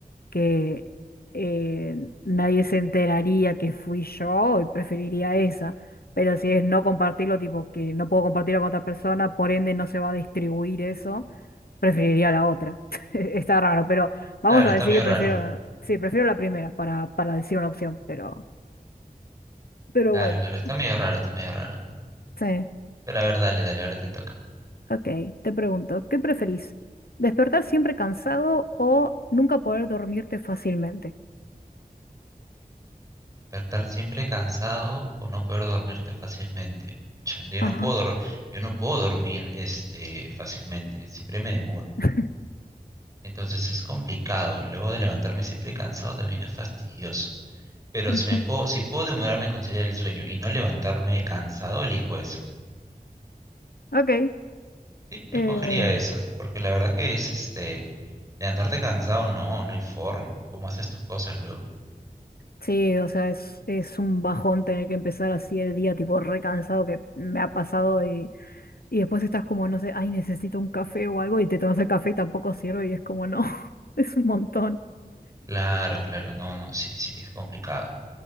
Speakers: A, on the left; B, on the right.
A: que eh, nadie se enteraría que fui yo y preferiría esa. Pero si es no compartirlo, tipo que no puedo compartirlo con otra persona, por ende no se va a distribuir eso, preferiría la otra. <laughs> Está raro, pero vamos
B: Claro,
A: a
B: está
A: decir
B: medio
A: que
B: raro.
A: prefiero, sí, prefiero la primera para, para decir una opción, pero, pero
B: Claro,
A: bueno,
B: claro, está medio raro, está medio raro.
A: sí.
B: Pero a ver, dale, dale, ahora te toca.
A: Ok, te pregunto, ¿qué preferís? ¿Despertar siempre cansado o nunca poder dormirte fácilmente?
B: Despertar siempre cansado o no poder dormirte fácilmente. Pucha, yo
A: Ajá.
B: no puedo, dor- yo no puedo dormir este, fácilmente, siempre me demoro.
A: <laughs>
B: Entonces es complicado y luego de levantarme siempre cansado también es fastidioso. Pero
A: Ujú.
B: si me puedo, si puedo demorarme a conciliar el sueño y no levantarme cansado, elijo eso.
A: Ok.
B: Sí, escogería
A: eh,
B: eso, porque la verdad que es este, levantarte cansado, no, no hay forma. ¿Cómo haces tus cosas luego?
A: sí, o sea, es, es un bajón tener que empezar así el día, tipo recansado que me ha pasado y, y después estás como, no sé, ay, necesito un café o algo y te tomas el café y tampoco sirve y es como, no, <laughs> es un montón.
B: Claro, claro, no, no, sí, sí, es complicado.